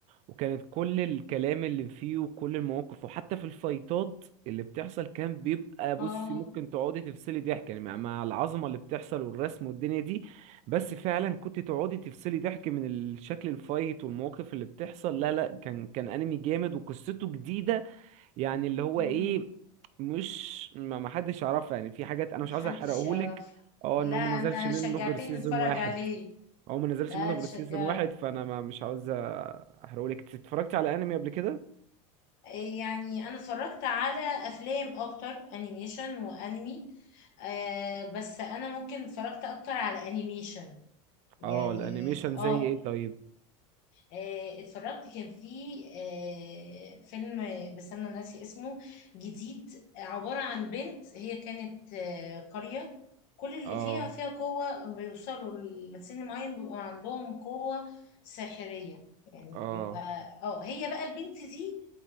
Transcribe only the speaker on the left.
اه
امم
محدش
يعرفها
لا
انا
شجعتني
اتفرج
عليه
لا
اتشجعت
إيه يعني انا اتفرجت على افلام اكتر انيميشن وانمي آه بس انا ممكن اتفرجت اكتر على انيميشن يعني
اه
آه، اتفرجت كان في آه، فيلم بس انا ناسي اسمه جديد عبارة عن بنت هي كانت آه، قرية كل اللي
فيها فيها قوة بيوصلوا لسن معين بيبقى عندهم قوة ساحرية يعني
بيبقى اه هي بقى البنت دي